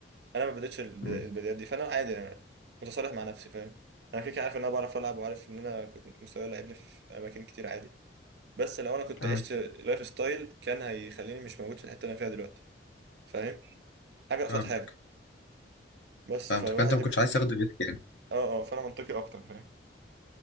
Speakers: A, on the right (about 65°); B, on the left (about 70°).
A: انا ما بديتش الب-
B: امم
A: البدايات دي فانا عادي انا متصالح مع نفسي فاهم انا كده كده عارف ان انا بعرف العب وعارف ان انا كنت مستواي لعبني في اماكن كتير عادي بس لو انا كنت
B: اه
A: عشت لايف ستايل كان هيخليني مش موجود في الحته اللي انا فيها دلوقتي فاهم حاجه
B: فهمتك
A: قصاد حاجه بس
B: فهمتك
A: فالواحد
B: فانت ما
A: يبقى
B: كنتش عايز تاخده بيتك يعني
A: اه اه فانا منطقي اكتر فاهم